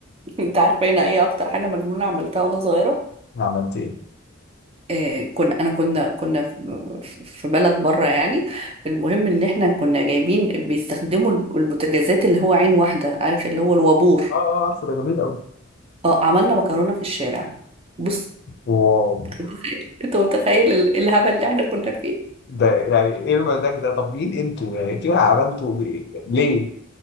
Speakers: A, on the right; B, on the left.
A: أنت عارفة هنا إيه أكتر حاجة مجنونة عملتها وأنا صغيرة
B: عملت إيه
A: آه، كنا انا كنا كنا في في بلد بره يعني المهم ان احنا كنا جايبين بيستخدموا الب- البوتاجازات اللي هو عين واحده عارف اللي هو الوابور
B: آه آه عارفه ده جميل أوي
A: اه عملنا مكرونه في الشارع بص
B: واو
A: <laughs> انت متخيل ال- الهبل اللي احنا كنا فيه
B: ده يعني إيه المزاج ده طب مين أنتوا يعني أنتوا عملتوا إيه؟ ليه؟